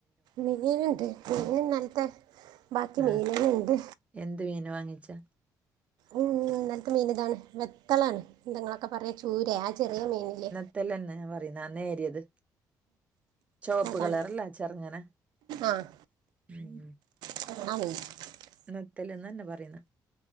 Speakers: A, on the right; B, on the right.
A: മീന്ണ്ട്. മീൻ ഇന്നലത്തെ ബാക്കി
B: ആ
A: മീനെ <unintelligible> ണ്ട്.
B: എന്ത് മീനാ വാങ്ങിചാ?
A: ഇന്നലത്തെ മീൻ ഇതാണ് വെത്തലാണ്, എന്തെങ്ങളൊക്കെ പറയാ ചൂരെ. ആ ചെറിയ മീനില്ലേ.
B: ത്തലെന്നെ പറയുന്നെ, ആ നേരിയത്. ചോപ്പ്
A: അതാണ്
B: കളറല്ലേ, ചെറ്ങ്ങനെ
A: ആഹ്
B: ഉം.
A: <unintelligible>
B: നത്തല്ന്നെന്നെ പറയുന്നെ.